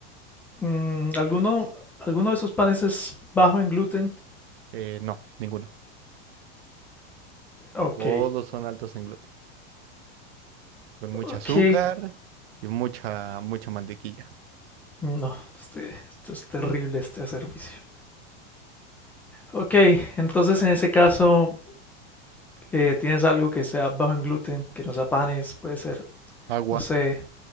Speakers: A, in the centre; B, on the right.
A: Mm, ¿alguno, alguno de esos panes es bajo en gluten?
B: Eh, no, ninguno.
A: Ok,
B: Todos son altos en gluten, con mucho
A: ok.
B: azúcar y mucha, mucha mantequilla.
A: No, este, esto es terrible este servicio. Ok, entonces en ese caso, eh, ¿tienes algo que sea bajo en gluten, que no sea panes? Puede ser,
B: Agua,
A: no sé,